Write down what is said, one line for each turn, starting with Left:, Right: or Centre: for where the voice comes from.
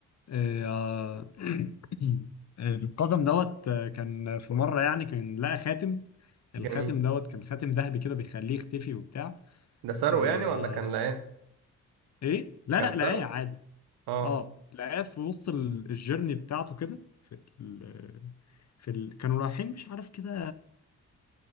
Left: آه، <clears throat> القزم دوت آه، كان في مره يعني كان لقى خاتم
Right: جميل
Left: الخاتم دوت كان خاتم ذهبي كده بيخليه يختفي وبتاع
Right: ده سرقه
Left: آه،
Right: يعني ولا كان لا ايه
Left: ايه لا
Right: كان
Left: لا
Right: سرقه
Left: لا ايه عادي
Right: اه
Left: اه لقاه في وسط ال- الجيرني بتاعته كده في ال... في ال... كانوا رايحين مش عارف كده